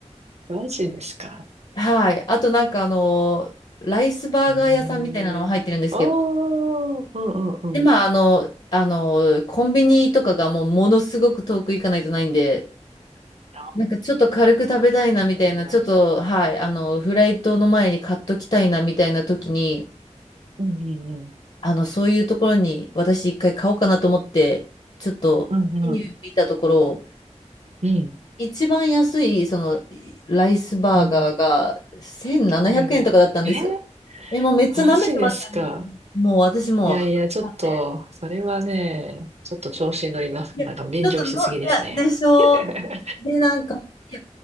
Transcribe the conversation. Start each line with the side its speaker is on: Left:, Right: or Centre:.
Right: ー、マジですか。
Left: はい。あとなんかあの、ライスバーガー屋さんみたいなのも入ってるんですけど、
Right: ええおー、うんうんうん。
Left: で、まあ、あの、あの、コンビニとかがもうものすごく遠く行かないとないんで、
Right: あ、
Left: なんかちょっと軽く食べたいなみたいな、
Right: そうなんだ。
Left: ちょっと、はい、あの、フライトの前に買っときたいなみたいな時に、
Right: うんうんうん。
Left: あの、そういうところに私一回買おうかなと思って、ちょっとメニュー見たところ、
Right: うんうん。うん。
Left: 一番安い、その、ライスバーガーが1700円とかだったんですよ。
Right: うん。はい。え
Left: え、もうめっちゃ舐めてますね。
Right: マジですか。
Left: もう、もう私もう、
Right: いやいや、
Left: はっって
Right: ちょっと、それはね、ちょっと調子に乗ります。
Left: いや、
Right: なんか便乗しすぎですね。
Left: ちょっとの、いや、でしょう。
Right: <laughs>
Left: で、なんか、いや、